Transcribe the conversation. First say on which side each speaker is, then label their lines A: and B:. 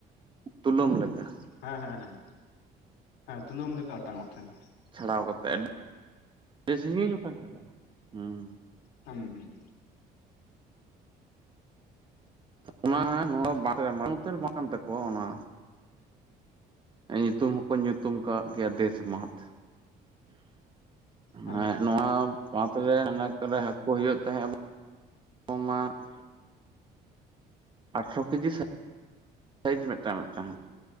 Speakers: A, on the right; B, on the left.
A: ᱛᱩᱞᱟᱹᱢ ᱞᱮᱠᱟ
B: ᱦᱮᱸ ᱦᱮᱸ ᱦᱮᱸ ᱦᱮᱸ ᱛᱩᱞᱟᱹᱢ ᱞᱮᱠᱟ ᱚᱴᱟᱝ ᱚᱜ ᱛᱟᱦᱮᱸ
A: ᱪᱷᱟᱲᱟᱣ ᱠᱟᱛᱮ ᱟᱹᱰᱤ ᱥᱟᱺᱜᱤᱧ ᱜᱚᱴᱟᱝ ᱪᱟᱞᱟᱜᱼᱟ ᱦᱮᱸ
B: ᱦᱩᱸ ᱦᱩᱸ
A: ᱚᱱᱟ ᱦᱟᱜ ᱢᱟᱱ ᱩᱛᱟᱹᱨ ᱵᱟᱝ ᱠᱟᱱ ᱛᱟᱠᱚᱣᱟ ᱚᱱᱟ ᱧᱩᱛᱩᱢ ᱦᱚᱸᱠᱚ ᱧᱩᱛᱩᱢ ᱠᱟᱜ ᱜᱮᱭᱟ ᱫᱮᱥ ᱵᱟᱸᱫᱷ
B: ᱦᱮᱸ
A: ᱦᱮ
B: ᱦᱮᱸ
A: ᱱᱚᱣᱟ ᱵᱟᱫᱽ ᱨᱮ ᱦᱟᱱᱮ ᱚᱠᱟᱨᱮ ᱦᱟᱩᱳ ᱦᱩᱭᱩᱜ ᱛᱟᱦᱮᱸᱫ <unintelligible> ᱟᱴᱷᱚᱨᱚ ᱠᱮᱡᱤ ᱥᱟᱭᱤᱡ ᱢᱤᱫᱴᱟᱝ ᱢᱤᱫᱴᱟᱝ